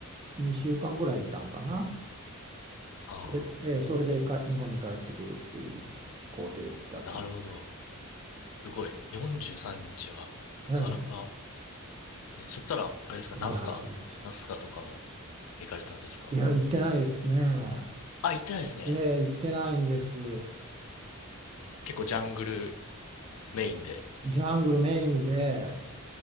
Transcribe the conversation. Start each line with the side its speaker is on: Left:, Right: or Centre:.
Right: 2週間ぐらいいたんかな
Left: ああ、
Right: それで、それでか日本に帰ってくるっていう工程だった
Left: なるほど。すごい。43日は、なかなかで
Right: ええ
Left: すね。そしたら、あれですか、
Right: いやそうです
Left: ナスカ、ナスカとかも行かれたんですか
Right: いや行ってないですね
Left: あ、行ってないですね。
Right: ええ行ってないんです
Left: 結構ジャングルメインで。
Right: ジャングルメインで